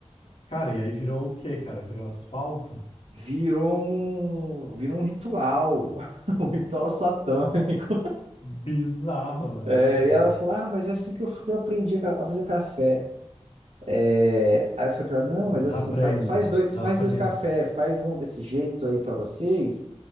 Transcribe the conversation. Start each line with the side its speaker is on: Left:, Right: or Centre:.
Left: Cara, e aí virou o quê, cara? Virou asfalto?
Right: Virou um, virou um ritual, <laughs> um ritual satânico.
Left: Bizarro,
Right: É,
Left: né, cara?
Right: e ela falou: Ah, mas é assim que eu, que eu aprendi a ca- a fazer café. É, aí eu falei pra ela, não, mas
Left: Desaprenda,
Right: assim, faz, faz
Left: desaprenda.
Right: dois, faz dois café, faz um desse jeito aí pra vocês,